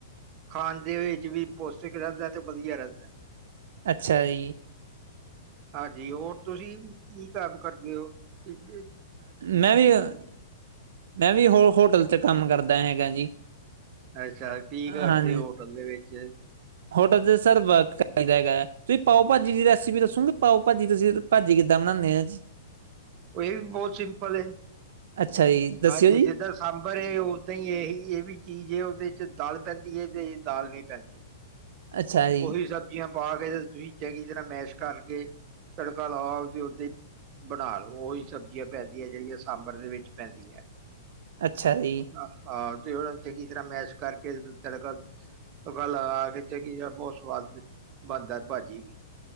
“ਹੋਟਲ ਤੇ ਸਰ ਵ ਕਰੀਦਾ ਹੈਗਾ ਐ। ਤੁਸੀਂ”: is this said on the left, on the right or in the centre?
Right